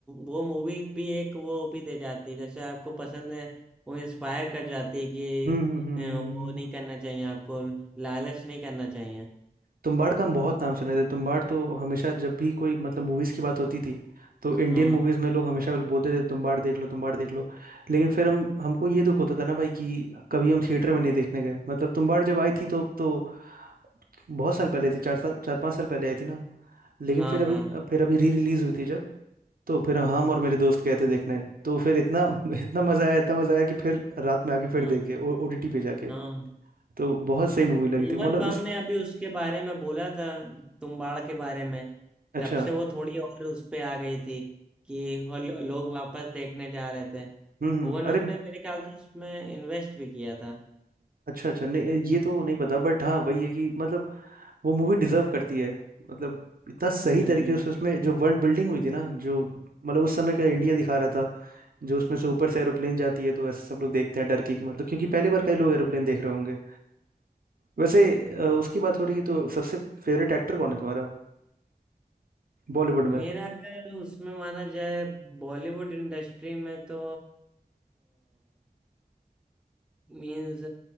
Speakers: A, in the centre; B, on the right.
A: वो मूवी भी एक वो भी दे जाती है जैसे आपको पसंद है वो इंस्पायर कर जाती है कि
B: हम्म हम्म हम्म
A: अ, वो
B: हम्म हम्म, हम्म।
A: नहीं करना चाहिए आपको लालच नहीं करना चाहिए
B: तुम्बाड़ का हम बहुत नाम सुने थे तुम्बाड़ तो हमेशा जब भी कोई मतलब मूवीज की बात होती थी तो इंडियन
A: हाँ
B: मूवीज में लोग हमेशा बोलते थे तुम्बाड़ देख लो तुम्बाड़ देख लो लेकिन फिर हम हमको ये दुख होता था ना भाई कि कभी हम थिएटर में नहीं देखने गए मतलब तुम्बाड़ जब आई थी तो तो बहुत साल पहले थी चार साल चार पाँच साल पहले आई थी ना लेकिन
A: हाँ
B: फिर अभी
A: हाँ
B: अब फिर अभी री रिलीज हुई थी जब तो फिर हम और मेरे दोस्त गए थे देखने तो फिर इतना <laughs> इतना मजा आया इतना मजा आया कि फिर रात में आके फिर
A: हाँ
B: देखे ओटीटी पे जाके
A: हाँ
B: तो बहुत
A: हम्म,
B: सही मूवी लगी
A: भुवन
B: थी मतलब
A: बाम ने अभी उसके बारे में बोला था तुम्बाड़ के बारे में
B: अच्छा
A: तब से वो थोड़ी और उस पे आ गई थी कि वो लो- लोग वापस देखने जा रहे थे
B: हम्म हम्म,
A: भुवन बाम
B: अरे
A: ने मेरे ख्याल से उसमें इन्वेस्ट भी किया था
B: अच्छा अच्छा नहीं ये तो नहीं पता बट हाँ वही है कि मतलब वो मूवी डिजर्व करती है मतलब इतना सही
A: हम्म
B: तरीके से उसमें जो वर्ल्ड बिल्डिंग हुई थी ना जो मतलब उस समय का इंडिया दिखा रहा था जो उसमें से ऊपर
A: हम्म।
B: से एरोप्लेन जाती है तो ऐसे सब लोग देखते हैं डर के कि मतलब क्योंकि पहली बार कई लोग एरोप्लेन देख रहे होंगे वैसे अ, उसकी बात हो रही है तो सबसे फेवरेट एक्टर कौन है तुम्हारा बॉलीवुड
A: मेरा
B: में
A: अगर उसमें माना जाए बॉलीवुड इंडस्ट्री में तो मीन्स